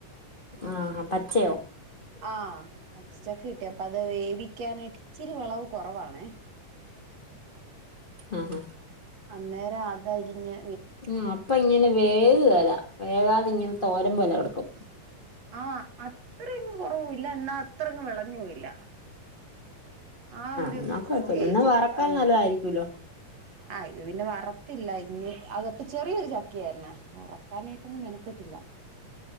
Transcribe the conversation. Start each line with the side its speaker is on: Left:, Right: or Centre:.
Left: ആഹ് പച്ചയോ
Right: ആഹ് പച്ചച്ചക്ക കിട്ടി അപ്പ അത് വേവിക്കാനായിട്ട് ഇച്ചിരി വെളവ് കൊറവാണേ
Left: ആഹ് ആഹ്
Right: അന്നേരം അത് അരിഞ്ഞ്
Left: ഉം അപ്പൊ ഇങ്ങനെ വേകുകേല വേകാതെ ഇങ്ങനെ തോരൻ പോലെ കെടക്കും
Right: ആഹ് അത്രയങ് കൊറവുയില്ല എന്നാ അത്രങ്ങും വെളഞ്ഞുവില്ല ആ ഒരു
Left: എന്നാ കുഴപ്പമില്ല
Right: സ്റ്റേജില്
Left: എന്നാ വറക്കാൻ
Right: ആഹ്
Left: നല്ലതായിരിക്കുമല്ലോ
Right: ആ ഇത് പിന്നെ വറത്തില്ല ഇനി അക- ചെറിയൊരു ചക്ക ആയിരുന്നു അത് വറക്കാനായിട്ടൊന്നും മെനക്കെട്ടില്ല